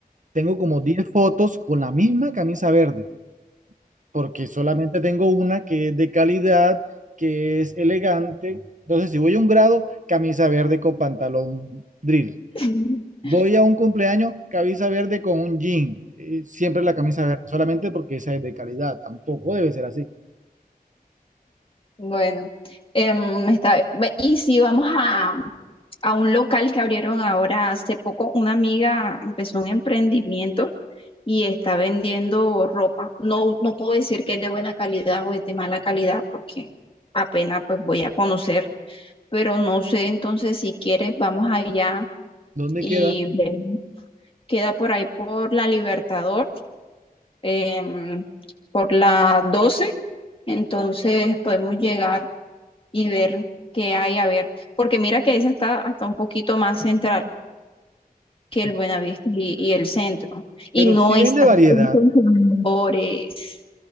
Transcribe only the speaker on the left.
<laughs>
Bueno, em, está bien. Ve- Y si vamos a, a un local que abrieron ahora hace poco. Una amiga empezó un emprendimiento y está vendiendo ropa. No, no puedo decir que es de buena calidad o es de mala calidad porque apenas pues voy a conocer, pero no sé, entonces si quieres vamos allá
y
ven. queda por ahí por la Libertador, em, por la doce entonces podemos llegar y ver qué hay a ver, porque mira que esa está hasta un poquito más central. que
el Buenavista y, y el centro. Y
no
están
esos jugadores.